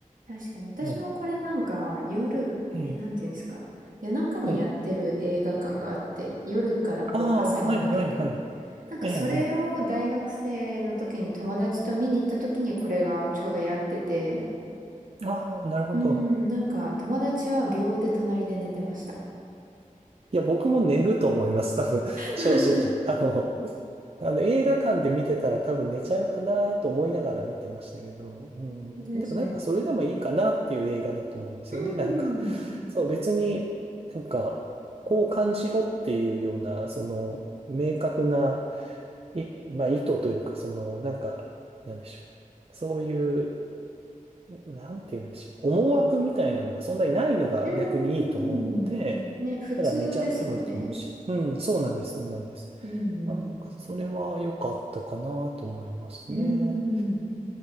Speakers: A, on the right; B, on the right.
A: 確かに。私もこれなんか、
B: ね。
A: 夜、
B: ええ。
A: え、なんていうんですか。夜中にやってる映画館があって、
B: はい。
A: 夜からこう朝にかけて。
B: ああ、はいはいはい。
A: なんかそれを大学生の時に友達と見に行った時にこれがちょうどやってて、
B: ええ、ええ。ああ、なるほど。
A: うん、なんか友達は秒で隣で寝てました。
B: いや、僕も寝ると思います、多分、<laughs> 正直。
A: うん。<laughs>
B: あの、あの映画館で見てたら多分寝ちゃうかなと思いながら見てましたけど、うん、
A: 確かに。
B: でもなんかそれでもいいかなっていう映画だと思うんですよね。
A: うん。
B: なんか、そう別になんかこう感じろっていうような、その明確な、い、まあ意図というか、そのなんか、なんでしょう。そういう、なんて言うんでしょう。思惑みたいなのがそんなにないのが逆にいいと思うので、
A: うん。ね、普通ですもんね。
B: だから寝ちゃってもいいと思うし。うん、そうなんです、そうなんです。
A: うん。
B: あ、なんか、それは良かったかなと思いますね。
A: うん。うん